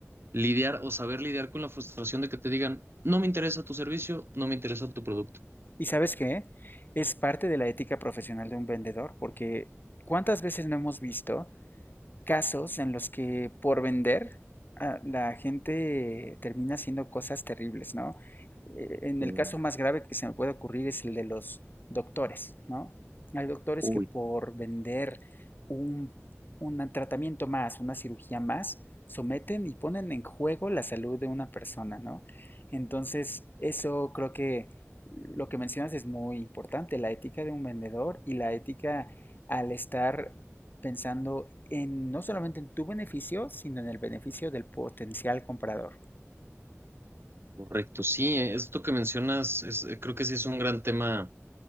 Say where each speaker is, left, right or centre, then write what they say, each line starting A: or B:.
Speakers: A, on the right; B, on the left.
A: lidiar o saber lidiar con la frustración de que te digan, no me interesa tu servicio, no me interesa tu producto.
B: ¿Y sabes qué? Es parte de la ética profesional de un vendedor, porque ¿cuántas veces no hemos visto casos en los que por vender ah, la gente termina haciendo cosas terribles, ¿no? Eh, En el
A: Mm.
B: caso más grave que se me puede ocurrir es el de los doctores, ¿no? Hay doctores
A: Uy,
B: que por vender un, un tratamiento más, una cirugía más, someten y ponen en juego la salud de una persona, ¿no? Entonces, eso creo que lo que mencionas es muy importante, la ética de un vendedor y la ética al estar pensando en no solamente en tu beneficio, sino en el beneficio del potencial comprador.
A: Correcto, sí, eh, esto que mencionas es, eh, creo que sí es un gran tema